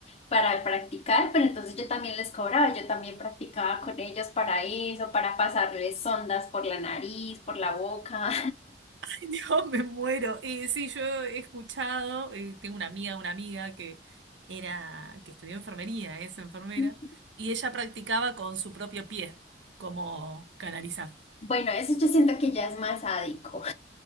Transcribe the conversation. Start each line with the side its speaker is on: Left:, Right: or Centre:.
Left: para practicar, pero entonces yo también les cobraba, yo también practicaba con ellos para eso, para pasarles sondas por la nariz, por la boca.
Right: <laughs> Dios, me muero. Eh, sí, yo he escuchado, eh, tengo una amiga, una amiga que era, que estudió enfermería, es enfermera,
Left: <laughs>
Right: y ella practicaba con su propio pie, como canalizar.
Left: Bueno, eso yo siento que ya es más sádico.